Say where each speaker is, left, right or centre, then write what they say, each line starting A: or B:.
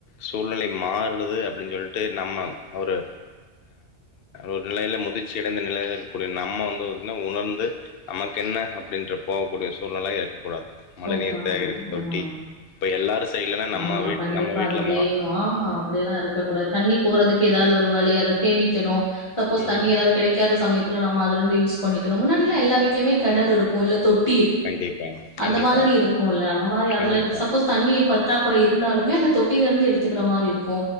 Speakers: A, on the left; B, on the left.
A: சூழ்நிலை மாறுது அப்டின்னு சொல்லிட்டு நம்ம ஒரு ஒரு நெலைல முதிர்ச்சிடைந்த நெலைல இருக்கக்கூடிய நம்ம வந்து என்ன உணர்ந்து நமக்கென்ன அப்டின்ற போகக்கூடிய சூழ்நெல இருக்கக்கூடாது மழைநீர்
B: போக்க
A: சேகரிப்பு தொட்டி
B: ம்
A: இப்ப எல்லாரு செய்யலன்னா நம்ம
B: ஆமா
A: வீட்
B: கண்டிப்பா
A: நம்ம வீட்ல
B: அது வேணு
A: மா
B: ஆமா அப்டியெல்லா இருக்க கூடாது தண்ணி போறதுக்கு ஏதாவது ஒரு வழியா அத சேமிக்கணு சப்போஸ்
A: ம்
B: தண்ணி எதாது கிடைக்காத சமய இல்ல நம அதுல இருந்து யூஸ் பண்ணிக்கணு முன்னாடி எல்லா வீட்டுலயமே கெணறு இருக்கு இல்ல தொட்
A: கண்டிப்பா கண்டிப்பா
B: அந்த மாரி இருக்குல்ல அந்த மாரி அதுல
A: கண்டிப்பா
B: சப்போஸ் தண்ணி ணி பற்றாக்குறை இருந்தாலுமே அந்த தொட்டியிலிருந்து எடுத்துக்குற மாரி இருக்கு